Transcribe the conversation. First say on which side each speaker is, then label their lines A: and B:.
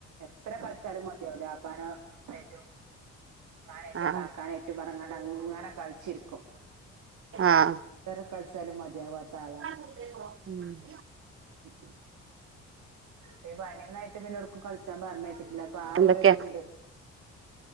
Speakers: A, on the right; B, on the right.
A: എത്ര കളിച്ചാലും മതിയാവുല്ല ആപ്പാന എറ്റും. മ്മാനായിട്ടും,
B: ആഹ്
A: കാക്കാനായിട്ടും, പറഞങ്ങണ്ട് അങ്ങനെ കളിച്ചിരിക്കും.
B: ആഹ്
A: എത്ര കളിച്ചാലും മതിയാവാത്ത ആളാണ്.
B: <unintelligible>
A: <unintelligible> പി പനിയൊന്നായിട്ട് പിന്നെവ്ട്ക്കും കളിച്ചാം പറഞ്ഞയച്ചിട്ടില്ല അപ്പൊ ആഹാ
B: എന്തൊക്കെയാ
A: ഒരു ഇതുംണ്ട്.